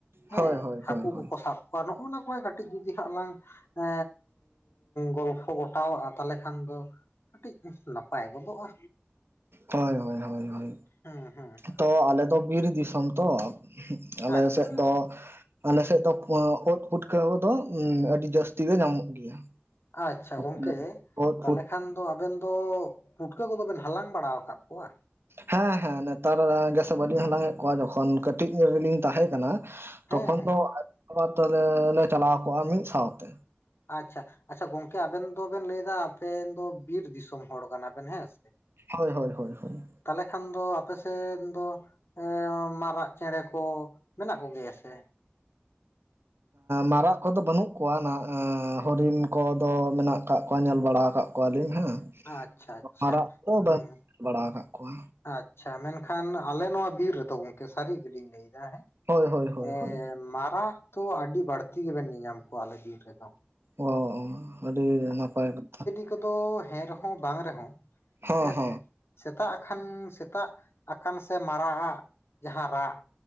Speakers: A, on the left; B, on the right.
A: ᱦᱮᱸ
B: ᱦᱳᱭ ᱦᱳᱭ
A: ᱦᱟᱹᱠᱩ
B: ᱦᱳᱭ ᱦᱳᱭ
A: ᱠᱚᱠᱚ ᱥᱟᱵ ᱠᱚᱣᱟ ᱱᱚᱜᱼᱚ ᱱᱟ ᱠᱚ ᱠᱟᱹᱴᱤᱡ ᱡᱩᱫᱤ ᱦᱟᱸᱜ ᱞᱟᱝ ᱮ ᱜᱚᱞᱯᱷᱚ ᱜᱚᱴᱟᱣᱼᱟ ᱛᱟᱦᱞᱮ ᱠᱷᱟᱱ ᱫᱚ ᱠᱟᱹᱴᱤᱡ ᱱᱟᱯᱟᱭ ᱜᱚᱫᱚᱜᱼᱟ
B: ᱦᱳᱭ ᱦᱳᱭ ᱦᱳᱭ ᱦᱳᱭ
A: ᱦᱮᱸ ᱦᱮᱸ ᱦᱮᱸ
B: ᱛᱚ ᱟᱞᱮᱫᱚ ᱵᱤᱨ ᱫᱤᱥᱚᱢ ᱛᱚ ᱟᱞᱮ
A: ᱟᱪᱪᱷᱟ
B: ᱥᱮᱫ
A: ᱟᱪᱪᱷᱟ
B: ᱫᱚ ᱟᱞᱮᱥᱮᱜ ᱫᱚ ᱯᱷᱟᱹ ᱤᱝ, ᱯᱩᱴᱠᱟᱹᱣ ᱠᱚ ᱫᱚ ᱟᱹᱰᱤ ᱡᱟᱹᱥᱛᱤ ᱜᱮ ᱧᱟᱢᱚᱜ ᱜᱮᱭᱟ
A: ᱟᱪᱪᱷᱟ
B: ᱚᱛ
A: ᱜᱚᱝᱠᱮ ᱛᱟᱞᱦᱮ
B: ᱯᱩᱴ
A: ᱠᱷᱟᱱ ᱫᱚ ᱟᱵᱮᱱ ᱛᱚ ᱯᱩᱴᱠᱟᱹ ᱠᱚᱫᱚ ᱵᱮᱱ ᱦᱟᱞᱟᱝ ᱵᱟᱲᱟᱣ ᱠᱟᱫ ᱠᱚᱣᱟ?
B: ᱦᱮᱸᱻ ᱦᱮᱸᱻ ᱱᱮᱛᱟᱨ ᱜᱮᱥᱮ ᱵᱟᱹᱞᱤᱧ ᱦᱟᱞᱟᱝ ᱮᱫ ᱠᱚᱣᱟ ᱡᱚᱠᱷᱚᱱ ᱠᱟᱹᱴᱤᱡ ᱨᱮᱞᱤᱧ ᱛᱟᱦᱮᱸ ᱠᱟᱱᱟ
A: ᱦᱮᱸ
B: ᱛᱚᱠᱠᱷᱚᱱ
A: ᱦᱮᱸ
B: ᱫᱚ <inaudible> ᱛᱮᱞᱮ ᱞᱮ ᱪᱟᱞᱟᱣ ᱠᱚᱜᱼᱟ ᱢᱤᱫ ᱥᱟᱶᱛᱮ
A: ᱟᱪᱪᱷᱟ ᱟᱪᱪᱷᱟ ᱜᱚᱝᱠᱮ ᱟᱵᱮᱱ ᱫᱚᱵᱮᱱ ᱞᱟᱹᱭ ᱮᱫᱟ ᱟᱵᱮᱱ ᱫᱚ ᱵᱤᱨ ᱫᱤᱥᱚᱢ ᱦᱚᱲ ᱠᱟᱱᱟ ᱵᱮᱱ ᱦᱮᱸ ᱥᱮ
B: ᱦᱳᱭ ᱦᱳᱭ ᱦᱳᱭ ᱦᱳᱭ
A: ᱛᱟᱞᱮ ᱠᱷᱟᱱ ᱫᱚ ᱟᱯᱮᱥᱮᱱ ᱫᱚ ᱮᱸᱻ ᱢᱟᱨᱟᱜ ᱪᱮᱬᱮ ᱠᱚ ᱢᱮᱱᱟᱜ ᱠᱚᱜᱮᱭᱟ ᱥᱮ?
B: ᱢᱟᱨᱟᱜ ᱠᱚᱫᱚ ᱵᱟᱹᱱᱩᱜ ᱠᱚᱣᱟ ᱱᱟ ᱦᱚᱨᱤᱱ ᱠᱚᱫᱚ ᱢᱮᱱᱟᱜ ᱟᱠᱟᱫ ᱠᱚᱣᱟ ᱧᱮᱞ ᱵᱟᱲᱟ ᱟᱠᱟᱫ ᱠᱚᱣᱟ ᱠᱚᱣᱟᱞᱤᱧ ᱦᱮᱸ
A: ᱟᱪᱪᱷᱟ ᱟᱪᱪᱷᱟ
B: ᱢᱟᱨᱟᱜ ᱫᱚ
A: ᱦᱩᱸ
B: ᱵᱟᱹᱧ ᱵᱟᱲᱟ ᱠᱟᱜ ᱠᱚᱣᱟ
A: ᱟᱪᱪᱷᱟ ᱢᱮᱱᱠᱷᱟᱱ ᱟᱞᱮ ᱱᱚᱣᱟ ᱵᱤᱨ ᱨᱮ ᱫᱚ ᱜᱚᱝᱠᱮ ᱥᱟᱹᱨᱤ ᱜᱮᱞᱤᱧ ᱞᱟᱹᱭ ᱫᱟ ᱦᱮᱸ
B: ᱦᱳᱭ ᱦᱳᱭ ᱦᱳᱭ
A: ᱮᱻ
B: ᱦᱳᱭ
A: ᱢᱟᱨᱟᱜ ᱛᱚ ᱟᱹᱰᱤ ᱵᱟᱹᱲᱛᱤ ᱜᱮᱵᱮᱱ ᱧᱮᱧᱟᱢ ᱠᱚᱣᱟ ᱟᱞᱮ ᱵᱤᱨ ᱨᱮ ᱫᱚ
B: ᱚᱻ ᱟᱹᱰᱤ ᱱᱟᱯᱟᱭ ᱠᱟᱛᱷᱟ
A: ᱱᱤᱛᱚᱜ ᱫᱚ ᱦᱮᱸ ᱨᱮ ᱦᱚᱸ ᱵᱟᱝ ᱨᱮ ᱦᱚᱸ
B: ᱦᱮᱸ
A: ᱦᱮᱸᱻ
B: ᱦᱮᱸ
A: ᱥᱮ ᱥᱮᱛᱟᱜ ᱠᱷᱟᱱ ᱥᱮᱛᱟᱜ ᱟᱠᱟᱱ ᱥᱮ ᱢᱟᱨᱟᱜ ᱟᱜ ᱡᱟᱦᱟᱸ ᱨᱟᱜ